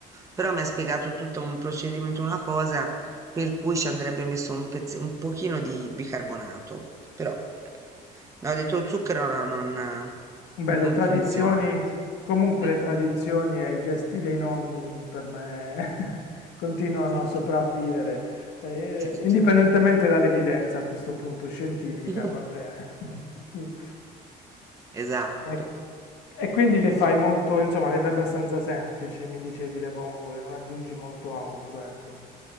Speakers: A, on the right; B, on the left.
A: però mi ha spiegato tutto un procedimento, una cosa per cui ci andrebbe messo un pezz- un pochino di bicarbonato, però no, dentro lo zucchero no, non,
B: Beh,
A: non
B: le tradizioni,
A: funziona.
B: comunque
A: <laughs>
B: le tradizioni e i gesti dei nonni per me <laughs> continuano
A: Sì,
B: a sopravvivere, eh,
A: certo.
B: indipendentemente dall'evidenza a questo punto scientifica,
A: <laughs>
B: va bene. <laughs>
A: Esatto,
B: E, e quindi le
A: sì.
B: fai molto, insomma, le fai abbastanza semplici, mi dicevi le vongole, non aggiungi molto altro, ecco.